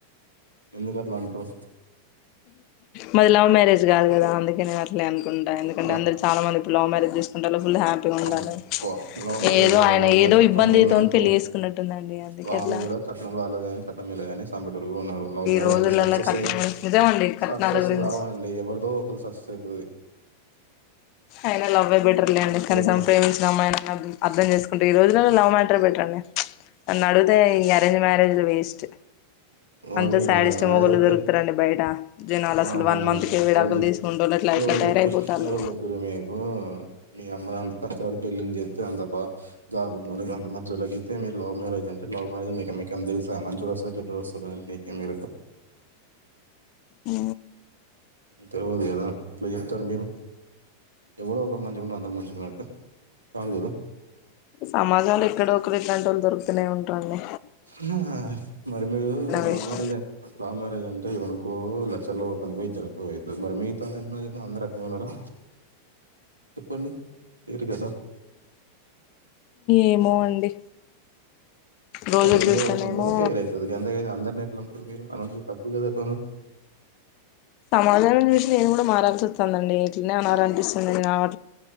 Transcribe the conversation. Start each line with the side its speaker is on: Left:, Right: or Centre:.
Right: ఎందుకు అట్ల అంట్రు
Left: మాది లవ్ మ్యారేజ్ కాదు కదా అందుకే నేన్ అట్లే అనుకుంటా ఎందుకంటే
Right: బా
Left: అందరు చాలా మంది ఇప్పుడు లవ్ మ్యారేజ్ చేస్ ఉంట లు ఫుల్ హ్యాపీగా ఉంటాలు,
Right: అబ్బా లవ్ మ్యారేజ్
Left: ఏదో
Right: ఏమో
Left: ఆయన
Right: అందరు
Left: ఏదో
Right: సక్కంగా
Left: ఇబ్బందితోన్
Right: ఉన్నట్టు
Left: పెళ్లి చేసుకున్నట్టుందండి. అందుకే
Right: వాళ్ళు
Left: అట్ల
Right: కూడా కట్నం రాలేదు కాని కట్నం మీద అనె సంబడ్ ఉన్నారు లవ్ మ్యారేజ్
Left: రోజులలో
Right: అన్ని సక్సెస్
Left: కట్నం
Right: అయ్యి,
Left: నిజమండి కట్నాల
Right: సక్సెస్
Left: గురించి
Right: కావండి ఎవరిదో ఒకరు సక్సె సదువి
Left: ఐనా లవ్ బెట్టేర్ లేండి. కనీసం
Right: మరి
Left: ప్రేమించిన అమ్మాయైన అద్ అర్థం చేసుకుంటే ఈ రోజు ఇల్లల్లో లవ్ మాట్రే బెట్రర్ అండి.
Right: <inaudible>
Left: నన్ను అడిగితే ఈ అరేంజ్ మ్యారేజ్లు వేస్ట్ అంత
Right: అవునా
Left: శాడిస్ట్ మొగోళ్ళు
Right: అయితే
Left: దొరుకుతారండి బయట జనాలు అసలు
Right: ఆహా
Left: వన్ మంత్కే విడాకులు
Right: ఎవళు చె
Left: తీసుకుంటోళ్ళు అట్లా ఇట్లా
Right: ఎవరు
Left: తయారైపోతాళ్ళు
Right: చెప్పిండ్రు మీకు మీ అమ్మను ఎంత కష్టపడి పెళ్ చెస్తే అంత బా జాబ్ ఉండేఒడికి అంత మంచోలకిస్తే మీరు లవ్ మ్యారేజ్ ంటే లవ్ మ్యారేజ్ మీకు మీకుతెళ్స మంచోడు వస్స చెడ్డోడు వస్స డు అని మీకే మీరు
Left: ఓ
Right: తెలువదు కదా థర్ మీరు ఎవరో ఒకరు మంచిగాంటె అందరు మంచిగాన్నట్టు కాదు కదా
Left: సమాదాలు ఎక్కడో ఒకరు ఇట్లాంటోల్లు దొరుకు తనే ఉంటారులే
Right: హుమ్ మరి మీరు love
Left: waste
Right: marriage love marriage అంటే ఇవను కు లచ్చల్లో ఓకనుకో ఇద్దరీ కో అయితది మరి మీగత అరేంజ్మెంట్ మ్యారేజ్ అందరు అట్ననే ఉన్నారా చెప్పండి లేరు కదా
Left: ఏమో అండి రోజులు
Right: అలా ఏవందో
Left: చూస్తానేమో
Right: ఒకంధో ఫేల్ అయితది గంతేగానీ అం ద్ద్ అట్లే ఎట్లాంటారు మీరు అన్నదు తప్పు కదా <inaudible>
Left: సమాజాం చూసి నేను కూడా మారల్సి వస్తుందండి ఇట్లనే అనాల అనిపిస్తుంది కాబా